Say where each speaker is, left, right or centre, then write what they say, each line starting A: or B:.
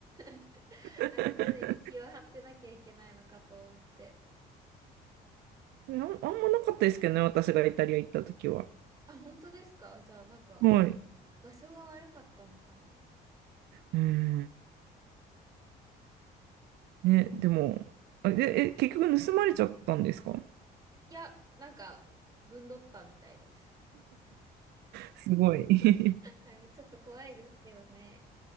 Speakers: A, on the right; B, on the right.
A: <laughs>
B: <laughs>
A: なんか常に気を張ってなきゃいけないのかと思って。
B: あん、あんまなかったですけどね、私がイタリア行った時は。
A: あ、本当ですかじゃあなんか
B: はい。
A: 場所が悪かったのかな
B: うん。ね、でも、あ、で、え、結局盗まれちゃったんですか
A: いや、なんかぶんどったみたいです。
B: すごい。<laughs>
A: はい、ちょっと怖いですけどね。